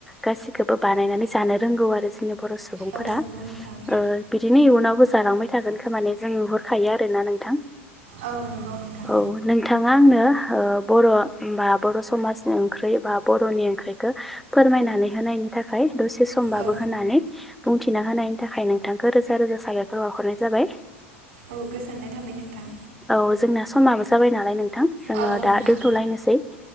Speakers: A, in the centre; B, on the right (about 70°).
A: गासिखौबो बानायनानै जानो रोंगौ आरो जोंनि बर सुबुंफोरा
B: औ नंगौ नोंथां
A: ओ बिदिनो इयुनावबो जालांबाय थागोन खोमा माने जों नुहुर खायो आरो ना नोंथां
B: औ नंगौ नोंथां
A: औ नोंथां आंनो ओ बर बा बर समाजनि ओंख्रि बा बरनि ओंख्रिखौ फोरमायनानै होनायनि थाखाय दसे समबाबो
B: औ
A: होननानै बुंथिना होनायनि थाखाय नोंथांखौ रोजा रोजा साबायखर बहरनाय जाबाय
B: औ गोजोननाय थाबाय नोंथां
A: औ जोंना समाबो जाबाय नालाय नोंथां जोङो
B: औ
A: दा
B: नोंथां
A: दोन्थलायनोसै